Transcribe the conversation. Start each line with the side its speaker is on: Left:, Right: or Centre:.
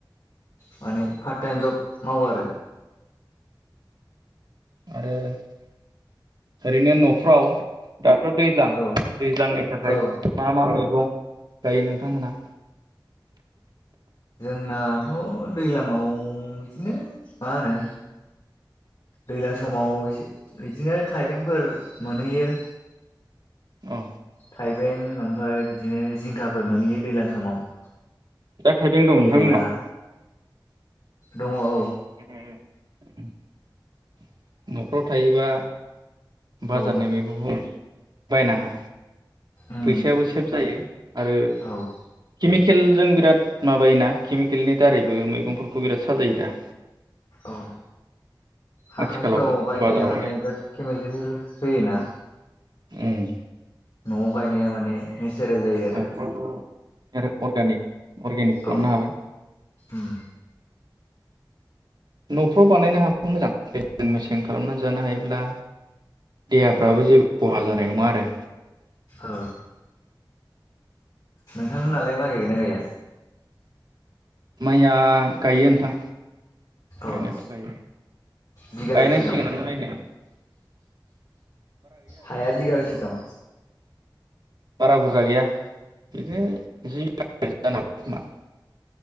Left: माने पार्ट टाइम जब मावो आरो।
Right: आरो ओरैनो न'फ्राव दाथ' दैज्लां
Left: ओ
Right: दैज्लांनि
Left: औ
Right: थाखाय
Left: औ
Right: मा मा मै गं गायो नोंथांमोना
Left: जोंनाथ' दैलाङाव बिदिनो मा होनो दैला समाव इदिनो थाइबेंफोर मोनहैयो
Right: औ
Left: थाइबें ओमफ्राय बिदिनो जिंखाफ फोर मोनहैयो दैज्लां समाव
Right: दा थाइबें दं नोंथांमोननाव
Left: केरेला दङ औ
Right: <unintelligible> न'फ्राव थायोबा बाजारनि
Left: औ
Right: मैगंखौ बायनाङा
Left: उम
Right: फैसायाबो सेभ जायो आरो <unintelligible>
Left: औ
Right: केलजों बिराद माबायोना केमिकेलनि दारैबो मैगंफोरखौ बिराद साजायो दा?
Left: औ हाथायफ्राव
Right: आथिखालाव
Left: बायनाया
Right: बाजाराव
Left: माने बिराद केमेल होयोना
Right: अम
Left: न आव बायनाया माने नेचारेल जायो आरो
Right: न'फ्रावथ' आरो अर्गानिक अर्गेनिक खालामनो
Left: औ
Right: हाबाय।
Left: उम
Right: नफ्राव बानायनो हाबखौ मोजां मजां मेसें खालामनानै जानो हायोब्ला देहाफ्राबो
Left: औ
Right: जेबो खहा जानाय नङा आरो
Left: औ नोंथांमोनालाय माइ गायगोन ना गैया?
Right: माइया गायो नोंथां। गायनायाथ
Left: औ
Right: गायो
Left: बिगाबेसे
Right: गायनांसिगोन
Left: दं
Right: लायनै
Left: हाया बिगाबेसेदं?
Right: बारा बुरजा गैया बिदिनो जि जानांगौ खोमा